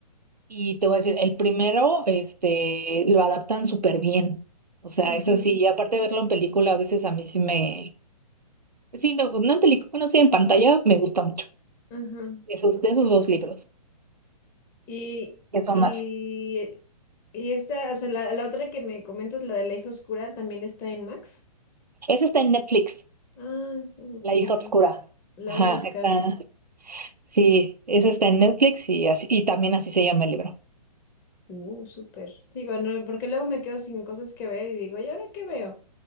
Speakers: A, on the right; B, on the left.
A: Y te voy a decir, el primero, este, lo adaptan súper bien. O sea,
B: ajá,
A: es así. Y aparte de verlo en película, a veces a mí sí me, pues sí, me, no en película, bueno, sí, en pantalla me gusta mucho.
B: ajá.
A: Esos, de esos dos libros,
B: Y,
A: que son
B: y,
A: más.
B: y esta, o sea, la, la otra que me comentas, la de la hija oscura, también está en Max.
A: Ese está en Netflix,
B: Ah, ok,
A: La hija
B: me,
A: oscura.
B: la
A: Ajá,
B: voy a buscar.
A: está. Sí, ese está en Netflix y así, y también así se llama el libro.
B: Uh, súper. Sí, bueno, porque luego me quedo sin cosas que ver y digo, ¿y ahora qué veo?